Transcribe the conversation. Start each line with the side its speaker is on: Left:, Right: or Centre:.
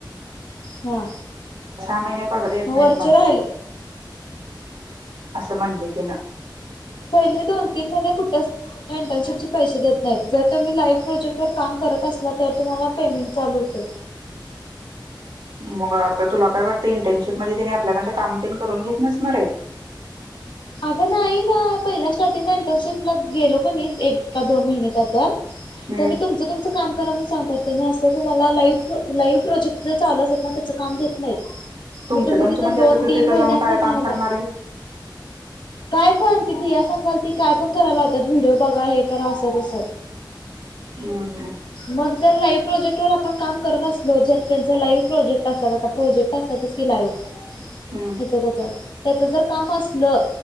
Left: हा,
Right: महिने पगार देत
Left: वरचे
Right: नाहीत म्हण
Left: राहिले
Right: असं म्हणली तिनं.
Left: पहिले दोन तीन महिने कुठेच इंटर्नशिपचे पैसे देत नाहीत जर तुम्ही लाईफ प्रोजेक्ट वर काम करत असला तर तुम्हाला पेमेंट चालू होतय.
Right: मग आता तुला काय वाटतय इंटर्नशिप मध्ये त्यानी आपल्याकडन काम तेन करून घेत नसणार आहेत.
Left: अग नाही बाळ पहिल्या स्टार्टिंगला इंटर्नशिपला गेलो कणी एक का दोन महिने काय तर
Right: हम्म
Left: त्यांनी तुमचं तुमचं काम करा म्हणून सांगतात असं तुम्हाला लाईव लाईव्ह प्रोजेक्ट जे चालू असतात ना त्याच काम देत नाहीत.
Right: तुमच
Left: मग तुम्ही
Right: तुमच
Left: तिथं
Right: म्हणजे
Left: दोन
Right: आता ति
Left: तीन
Right: तिथं
Left: महिने
Right: जाऊन
Left: अस
Right: काय
Left: झाला.
Right: काम करणार आहेस?
Left: काय पण ती भिया सांगालती काय पण करायला लाव त्यात व्हिडओ बघा हे करा अस तस,
Right: हम्म
Left: मग जर लाईव्ह प्रोजेक्ट वर आपन का करत असलो ज्य त्यांच लाइव्ह प्रोजेक्ट असतात. आता प्रोजेक्ट असतातच की लाईव्ह.
Right: हम्म
Left: हेच तेच. त्याच जर काम अस ल.